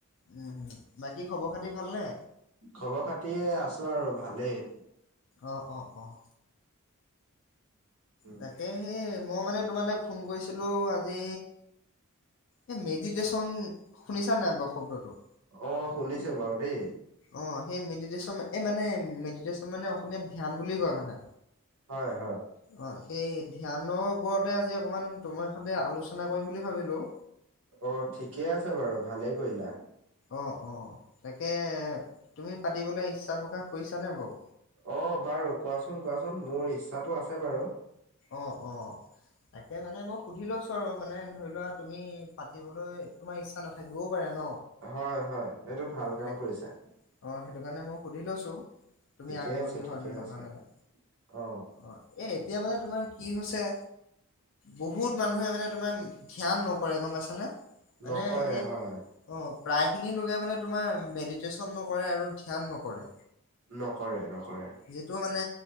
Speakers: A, on the left; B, on the right.
A: উম বাকী খবৰ খাতি ভালনে
B: খবৰ খাতি এ আছোঁ আৰু ভালেই
A: অঁহ অঁহ অহ‍ঁ
B: উম
A: তাকে সেই মই মানে তোমালৈ ফোন কৰিছিলোঁ আজি এই মেডিটেশ্যচন শুনিছা নাই বাৰু শব্দটো
B: অ শুনিছোঁ বাৰু দেই
A: অঁ সেই মেডিটেশ্যন এই মানে মেডিটেশ্যন মানে অসমীয়াত ধ্যান বুলি কয় মানে
B: হয় হয়
A: অ সেই ধ্যানৰ ওপৰতে আজি অকণমান তোমাৰ সৈতে আলোচনা কৰিম বুলি ভাবিলোঁ
B: অ ঠিকেই আছে বাৰু ভালেই কৰিলা
A: অ অ তাকে তুমি পাতিবলৈ ইচ্ছা প্ৰকাশ কৰিছানে বাৰু
B: অ বাৰু কোৱাচোন কোৱাচোন মোৰ ইচ্ছাটো আছে বাৰু
A: অঁ অঁ তাকে মানে মই সুধি লৈছো আৰু মানে ধৰি লোৱা তুমি পাতিবলৈ তোমাৰ ইচ্ছা নাথাকিবও পাৰে ন
B: হয় হয় এইটো ভাল
A: অ সেইটো
B: কাম কৰিছা
A: অ সেইটো কাৰণে মই সুধি লৈছো তুমি
B: ঠিকে
A: আগ্ৰহী
B: আছে ঠিকে
A: হয় নে নহয়
B: আছে।
A: মানে
B: অ
A: অ এ এতিয়া মানে তোমাৰ কি হৈছে বহুত মানুহে মানে তোমাৰ ধ্যান নকৰে গম পাইছানে মানে
B: নকৰে
A: এই
B: হয়
A: অ প্ৰায় খিনি লোকে মানে তোমাৰ মেডিটেশচন নকৰে আৰু ধ্যান নকৰে
B: নকৰে নকৰে
A: যিটো মানে